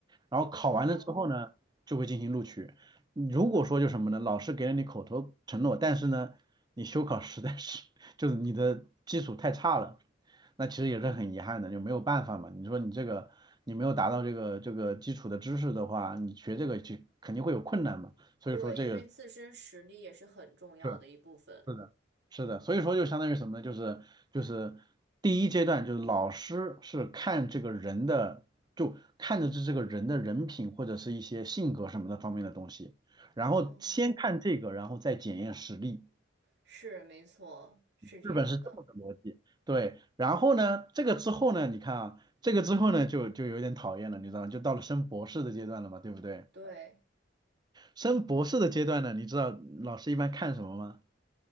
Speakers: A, on the right; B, on the right.
A: 然后考完了之后呢，
B: 哦，
A: 就会进行录取。如果说就什么呢，老师给了你口头承诺，但是呢，你修考实在是 <laughs> 就是你的基础太差了，那其实也是很遗憾的，就没有办法嘛。你说你这个你没有达到这个这个基础的知识的话，你学这个就肯定会有困难嘛。所以说这个
B: 对，因为自身实力也是很重要的一部分。
A: 是是的，是的，所以说就相当于什么呢？就是就是第一阶段，就是老师是看这个人的，就看的是这个人的人品或者是一些性格什么的方面的东西，然后先看这个，
B: 嗯，
A: 然后再检验实力。
B: 是，没错，是这样的。
A: 日本是这么个逻辑，对。然后呢，这个之后呢，你看啊，这个之后呢，就就有点讨厌了，你知道吗？就到了升博士的阶段了嘛，对不对？
B: 对，
A: 升博士的阶段呢，你知道老师一般看什么吗？